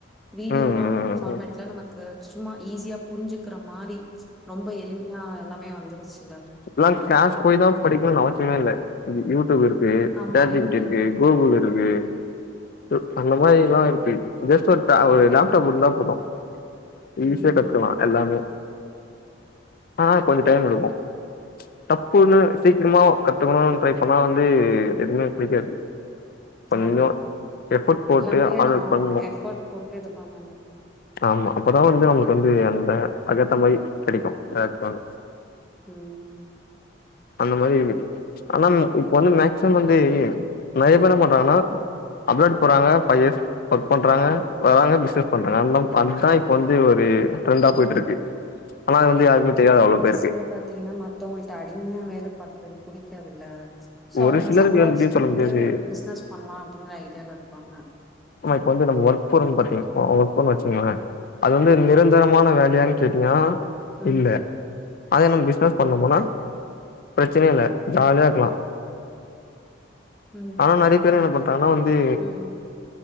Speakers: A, in the centre; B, on the left.
A: வீடியோவா
B: ம் ம்
A: ஃபார்மேட்ல நமக்கு சும்மா ஈஸியா புரிஞ்சுக்கிற மாரி ரொம்ப எளிமையா எல்லாமே வந்துருச்சு
B: இப்பல்லா க்ளாஸ் போய் தா படிக்கணுன் அவசியமே இல்ல யூடியூப் இருக் கு
A: ஆமா
B: chat G
A: YouTube
B: P T இருக்கு கூகுல் இருக்கு கு அந்த மாரில்லா இருக்கு ஜஸ்ட் ஒரு ஒரு லேப்டாப் இருந்தா போதும்
A: ம்
B: ஈஸியா கத்துக்லா எல்லாமே ஆனா கொஞ்சம் டைம் எடுக்கும் டப்புன்னு சீக்கிரமா கத்துக்கணுன் ட்ரை பண்ணா வந்து எதுவுமே கெடைக்காது கொஞ்சம்
A: ஆமா
B: எஃபோர்ட் போட்டு
A: எல்லாமே
B: ஹார்ட்
A: நம்ம
B: ஒர்க் பண்ணுனோ
A: எஃபர்ட் போட்டு இது பண்ணனு
B: ஆமா அப்ப தா வந்து நம்ளுக்கு வந்து அந்த அது ஏத்த மாரி கெடைக்கும் பிளாட்ஃபார்ம்மு
A: ம் ம்
B: அந்த மாரி இருக்கு ஆனா இப்ப வந்து மேக்சிமம் வந்து நறைய பேர் என்ன பண்றாங்கனா அப்ராடு போறாங்க ஃபைவ் இயர்ஸ் ஒர்க் பண்றாங்க வராங்க பிசினஸ் பண்றாங்க அந்த அதுதா இப்ப வந்து ஒரு ட்ரெண்டா போயிட்டு இருக்கு ஆனா அது வந்து யாருக்குமே தெரியாது அவ்ளோ பேருக்கு
A: பாத்தீங்னா மத்தவங்கள்ட்ட அடிமையா வேலை பாக்கிறது புடிக்காதுல சோ
B: ஒரு
A: அவங்க
B: சிலருக்கு
A: சம்பாதிச்சுட்டு
B: எப்டின்னு சொல்ல
A: வந்து
B: முடியாது
A: பிசினஸ் பண்ணலா அப்படிங்கிற ஐடியால இருப்பாங்க
B: ஆமா இப்ப வந்து நம்ம ஒர்க் போறோன்னு பாத்தீங் ஒர்க் பண்ணா வச்சுங்களே அது வந்து நிரந்தரமான வேலையான்னு கேட்டீங்கனா
A: ம்
B: இல்ல அதே நம்ம பிசினஸ் பண்ணமுனா பிரச்சனயே இல்ல ஜாலியா இருக்கலா
A: ம்
B: ஆனா நறைய பேரு
A: ம்
B: என்ன பண்றாங்கனா வந்து
A: ம்